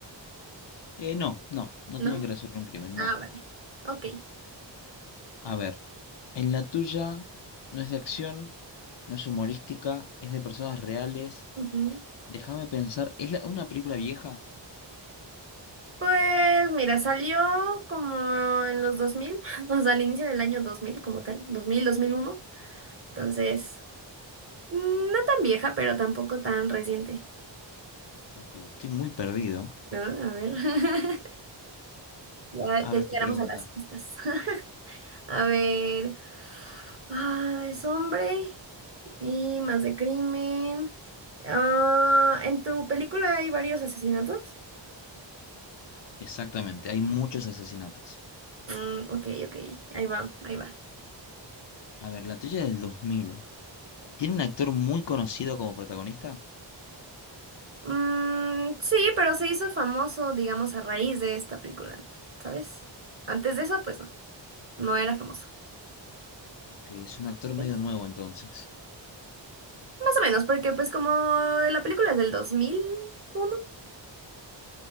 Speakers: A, on the left; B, on the right.
A: Eh, no, no, no
B: ¿no?
A: tienen que resolver un crimen,
B: Ah,
A: no.
B: vale. Ok.
A: A ver, en la tuya no es de acción, no es humorística, es de personas reales.
B: Ujú.
A: Déjame pensar, ¿es la- una película vieja?
B: Pues mira, salió como en los 2000 <laughs> o sea, al inicio del año 2000 como tal, dos dos mil dos mil uno Entonces... Mm, No tan vieja, pero tampoco tan reciente,
A: Ok, estoy muy perdido.
B: ¿no? A ver. <laughs> Ya,
A: A
B: ya
A: ver
B: llegaremos
A: tu pregunta.
B: a las pistas. <laughs> A ver. Ah, es hombre y más de crimen. Ah, ¿en tu película hay varios asesinatos?
A: Exactamente, hay muchos asesinatos.
B: Mm, ok, ok. Ahí va, ahí va.
A: A ver, la tuya es del 2000. ¿Tiene un actor muy conocido como protagonista?
B: Mm, sí, pero se hizo famoso, digamos, a raíz de esta película, ¿sabes? Antes de eso, pues no, no era famoso.
A: Ok, es un actor
B: Sí.
A: medio nuevo entonces.
B: Más o menos, porque pues como la película es del dos mil uno.